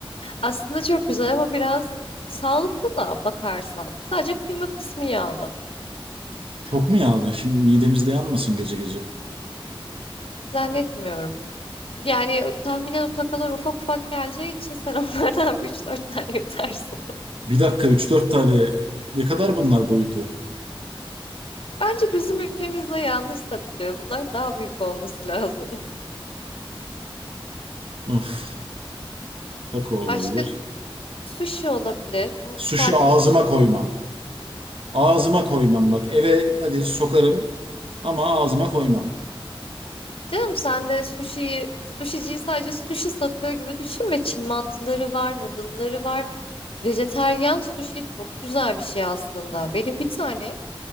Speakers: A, on the left; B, on the right.
A: Aslında çok güzel ama biraz sağlıklı da bakarsan. Sadece kıyma kısmı yağlı.
B: Çok mu yağlı? Şimdi midemizde yanmasın gece gece.
A: Zannetmiyorum. Yani tahminen o takalar ufak ufak geleceği için sen <laughs> onlardan bir üç dört tane yutarsın.
B: Bir dakika üç dört tane ne kadar bunlar boyutu?
A: Bence bizim ülkemizde yanlış satılıyor. Bunlar daha büyük olması lazım.
B: Of, taco
A: <laughs>
B: olabilir.
A: Başka sushi olabilir ama
B: Sushi
A: bu saatte
B: ağzıma
A: sushi.
B: koymam. Ağzıma koymam bak. Eve hadi sokarım ama ağzıma koymam.
A: Canım sen de sushi'yi, sushiciyi sadece sushi satıyor gibi düşünme. Çin mantıları var, noodle'ları var. Vejeteryan sushi çok güzel bir şey aslında. Benim bir tane